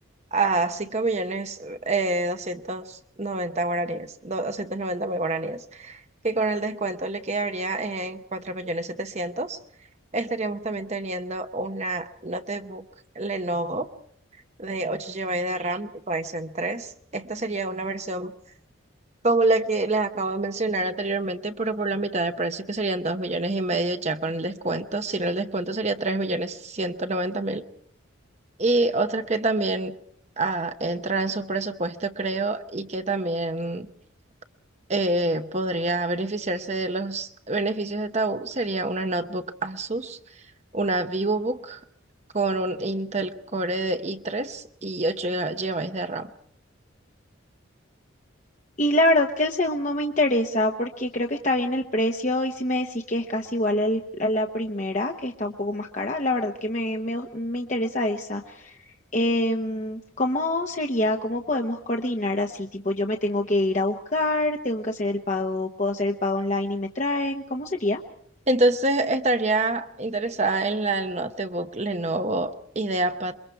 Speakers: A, on the right; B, on the left.
A: a 5 millones eh, 290 guaraníes, do- doscientos noventa mil guaraníes, que con el descuento le quedaría en cuatro millones setecientos Estaríamos también teniendo una notebook Lenovo de ocho GB de RAM Ryzen tres Esta sería una versión como la que les acabo de mencionar anteriormente, pero por la mitad de precio, que serían 2 millones y medio ya con el descuento. Sin el descuento sería tres millones ciento noventa y otra que también ah, entra en su presupuesto, creo, y que también eh, podría beneficiarse de los beneficios de Tabú sería una notebook Asus, una VivoBook con un Intel Core de i tres y ocho gigabytes de RAM.
B: Y la verdad que el segundo me interesa porque creo que está bien el precio y si me decís que es casi igual al- a la primera, que está un poco más cara, la verdad que me, me- me interesa esa. Em, ¿cómo sería? ¿Cómo podemos coordinar así? Tipo, yo me tengo que ir a buscar, tengo que hacer el pago, puedo hacer el pago online y me traen. ¿Cómo sería?
A: Entonces estaría interesada en la notebook Lenovo IdeaPad